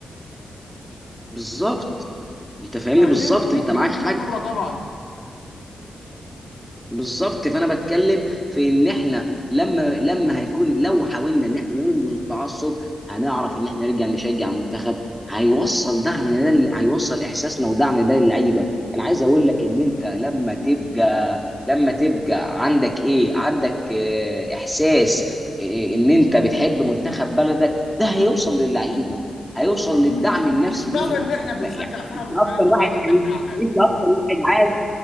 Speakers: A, in the centre; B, on the left.
A: بالظبط انت فاهمني
B: فدي
A: بالظبط
B: م- دي
A: انت
B: دي
A: معاك
B: مشكله
A: حاج
B: كبرى طبعا
A: بالظبط فانا بتكلم في ان احنا لما لما هيكون لو حاولنا ان احنا ننبذ التعصب هنعرف ان احنا نرجع نشجع منتخب هيوصل دعمنا ده لل- هيوصل احساسنا ودعم ده للعيبه انا عايز اقول لك ان انت لما تبقى لما تبقى عندك ايه عندك اه، احساس اه، ان انت بتحب منتخب بلدك ده هيوصل للعيبه هيوصل
B: م-
A: للدعم
B: مش
A: النفسي
B: مش معنى
A: ليهم
B: ان احنا بنشجع
A: ما- يعني
B: فرق
A: انت
B: مختلفه
A: اكتر
B: معنى
A: واحد
B: ان
A: يعني
B: احنا اعداء
A: انت اكتر واحد عارف